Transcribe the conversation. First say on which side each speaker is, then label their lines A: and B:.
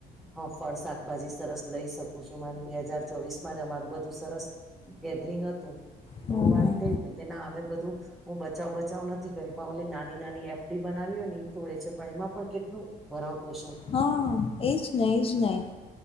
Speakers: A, in the centre; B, on the left.
A: હ ફળ શાકભાજી સરસ લઈ શકું છું મારે બે હજાર ચોવીસ માં જ અમાર બધું સરસ ગેધરિંગ હતું તો
B: હા
A: વાત
B: હા
A: થઈ હતી કે ના અમે બધું હું બચાવ બચાવ નથી કરી પણાવલે નાની નાની એફડી બનાવી હોય ને એ તોડે છે પણ એમાં પણ કેટલું બરાં પોસક
B: હા એજ નને એજ નહી